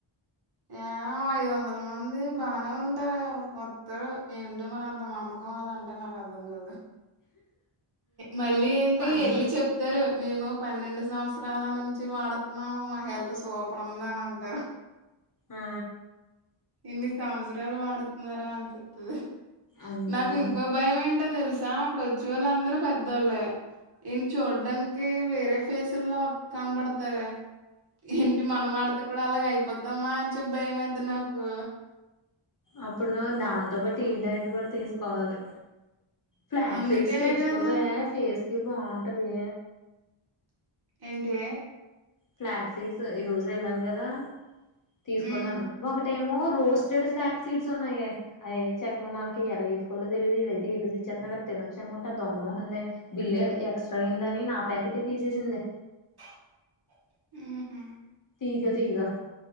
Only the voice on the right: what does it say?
యావు ఐదు వందల మంది బానే ఉంటార వత్తరు ఏంట మరి అంత నమ్మకం వాళ్ళ అంటే నాకు అర్థం కాదే మళ్ళీ ఏంటి
ఎల్లీ చెప్తారు మేము పన్నెండు సంవత్సరాల నుండి వాడుతున్నామా మా హెల్త్ సూపర్ ఉంది అని అంటారు
ఇన్ని సంవత్సరాలు వాడుతున్నారా అనిపితది
నాకు ఇంకో భయం ఏంటో తెలుసా అక్కడ వచ్చే వాళ్ళు అందరు పెద్దోళ్ళే ఈయన చూడ్డానికి వేరే ఫేసుల్లో కనపడతారే ఇంటి మనం ఆడితే కూడా అలాగ అయిపోతు మత్తమా అని చెప్ప భయం యిది నాకు
అందుకేనే
కదా
ఎంటే
ఉమ్
<inaudible> ఉహు